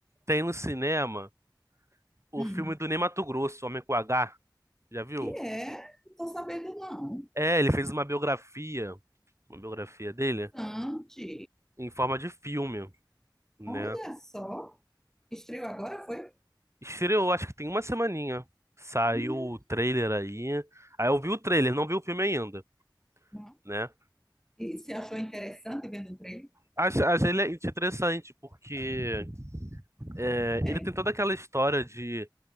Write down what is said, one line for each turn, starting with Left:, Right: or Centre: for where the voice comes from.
Right: tem no cinema o
Centre: Hum.
Right: filme do Ney Matogrosso, Homem com H, já viu?
Centre: E é, não tô sabendo não.
Right: É, ele fez uma biografia, uma biografia dele,
Centre: Sante,
Right: em forma de filme, né?
Centre: olha só. Estreou agora, foi?
Right: Estreou, acho que tem uma semaninha. Saiu
Centre: Hum,
Right: o trailer aí. Aí eu vi o trailer, não vi o filme ainda,
Centre: não.
Right: né?
Centre: E se achou interessante vendo o trailer?
Right: Acho, acho ele interessante porque é,
Centre: É.
Right: ele tem toda aquela história de